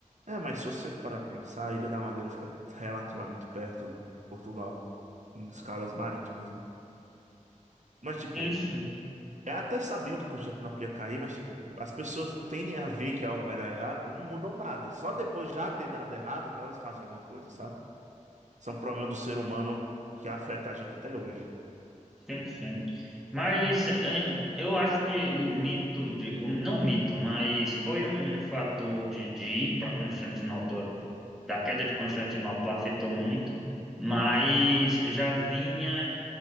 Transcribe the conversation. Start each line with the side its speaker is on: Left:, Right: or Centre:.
Right: É, mas se você parar pra pensar, a Ilha da Madeira fica relativamente perto de Portugal, em escalas marítimas, né? Mas tipo,
Centre: Enfim,
Right: É, até sabiam que Constantinopla ia cair, mas tipo, as pessoas tendem a ver que algo vai dar errado e não mudam nada. Só depois já ter dado errado que elas fazem alguma coisa, sabe? Isso é um problema do ser humano que afeta a gente até hoje.
Centre: enfim. Mas é, eu acho que o mito de, o- não mito, mas foi um fator de, de ir para Constantinopla da queda de Constantinopla afetou muito, mas já vinha